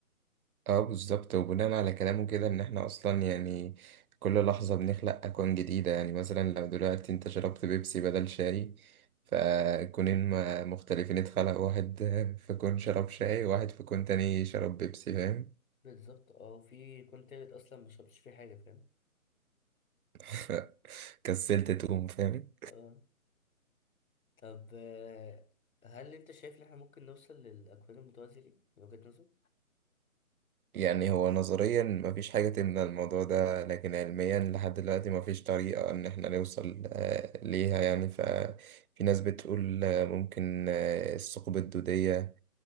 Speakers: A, on the right; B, on the left.
A: اه بالظبط وبناء على كلامه كده ان احنا اصلا يعني كل لحظة بنخلق اكوان جديدة يعني مثلا لو دلوقتي انت شربت بيبسي بدل شاي فكونين م- مختلفين اتخلق واحد في كون شرب شاي وواحد في كون تاني شرب بيبسي فاهم
B: بالظبط اه في كون تالت اصلا مشربتش فيه حاجة فاهم
A: <laughs> كسلت تقوم فاهم
B: اه طب آه، هل انت شايف ان احنا ممكن نوصل للاكوان المتوازية دي من وجهة نظرك؟
A: يعني هو نظريا مفيش حاجة تمنع الموضوع ده لكن علميا لحد دلوقتي مفيش طريقة إن احنا نوصل آه، ليها يعني ففي ناس بتقول آه، ممكن آه، الثقوب الدودية